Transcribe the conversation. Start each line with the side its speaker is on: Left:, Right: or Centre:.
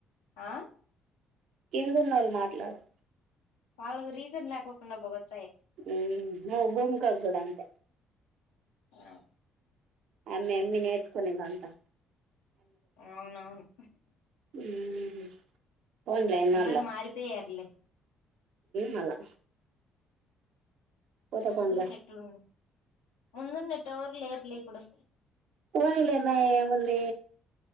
Left: ఆ
Right: కిందున్నోళ్ళు మాట్లాడర్
Left: వాళ్లకు రీసెన్ లేకోకుండా బోపోతుంది
Right: హ్మ్ ఈ భూమికి కూడ అంట
Left: ఆ
Right: అమ్మి అమ్మి నేర్చుకునిదంతా
Left: అవునవును
Right: ఉమ్ పోన్లే ఎన్న
Left: అందరూ
Right: ఉళ్ళ
Left: మారిపోయారులే
Right: మలా పోతే
Left: ముందున్నట్టుడు
Right: పోన్లే
Left: ముందున్నట్టు ఎవరు లేరు లే ఇప్పుడు
Right: పోయిలేన్నాముంది